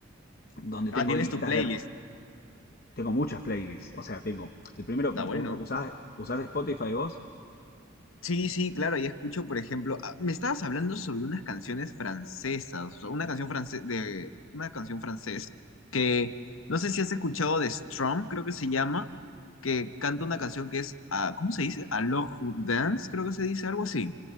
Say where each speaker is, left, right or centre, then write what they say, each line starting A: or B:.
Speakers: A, on the left (about 45°); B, on the left (about 85°).
A: donde
B: Ah,
A: tengo
B: tienes
A: listas
B: tu playlist.
A: de... Tengo muchas playlists, o sea, tengo... El primero,
B: Está bueno.
A: ¿us- ¿usás, usás Spotify vos?
B: Sí, sí, claro, ahí escucho, por ejemplo, ah, me estabas hablando sobre unas canciones francesas, o sea, una canción france- de una canción francés que no sé si has escuchado de Strom, creo que se llama, que canta una canción que es, ah, ¿cómo se dice? Alors Dance, creo que se dice algo así.